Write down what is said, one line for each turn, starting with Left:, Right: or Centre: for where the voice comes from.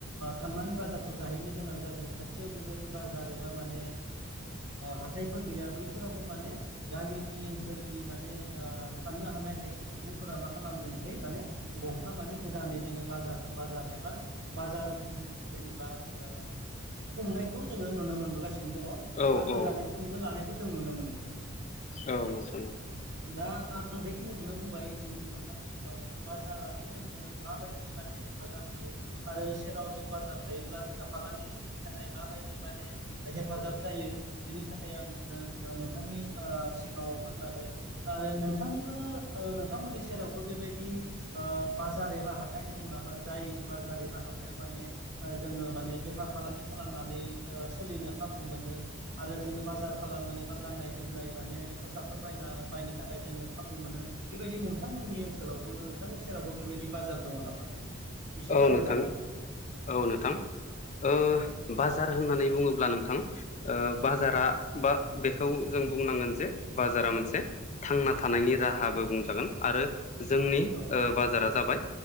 Right: थांनानै बाजारखौ जाहैनो गोनां जादों खाथियाव बेबायदि बाजार एबा माने हाथायफोर गैया बैफोरावबो माने गामिनि ओनसोलनि माने साननो हानाय खायसे सुबुंफोरा मा खालामदोंसै माने गंफा माने गोदानै जोङो बाजार बाजार एबा बाजार जेनेबा जोङो खुंनायखौ जोङो नुनो मोनबोगासिनो दङ
Left: औ
Right: एबा
Left: औ
Right: गोदानै खुंनो लानायखौ जों नुनो मोनदों।
Left: औ नोंथां।
Right: दा आं बेखिनिखौनो बुंबाय नोंथांनि सि गाङाव जे बाजारादि जोंनो माबायदि माने हेफाजाब होयो आरो सेराव जों बाजार थायोब्ला जोंहा फालांगिरिफोरनि थाखाय माबायदि माने हेफाजाब जायो बेनि थाखाय आं नोंथांनि सिगाङाव फोरमायबाय आरो नोंथांनिबो नोंथांमोननि सेरावबो बेबायदि बाजार हाथाय दङ नामा जाय बाजार एबा हाथायाव माने जोङो माने बेफार फालांगि खालामनानै सोलिनो खाबु मोनो आरो जों बाजार खालामनो बा गाननाय जोमनाय माने खसाब बायना बायनो। थाखाय जोंङो खाबु मोनो बेबायदि नोंथांमोननि ओनसोलावबो नोंथांनि सेरावबो बेबायदि बाजार दंङ अनामा नोंथां एसे
Left: औ
Right: फोरमायना
Left: नोंथां
Right: होगोन
Left: औ नोंथां ओ बाजार होननानै बुङोब्ला नोंथां ओ बाजारा बा बेखौ जों बुंनांगोन जे बाजारा मोनसे थांना थानायनि राहाबो बुंजागोन आरो जोंनि
Right: नामा
Left: ओ बाजारा जाबाय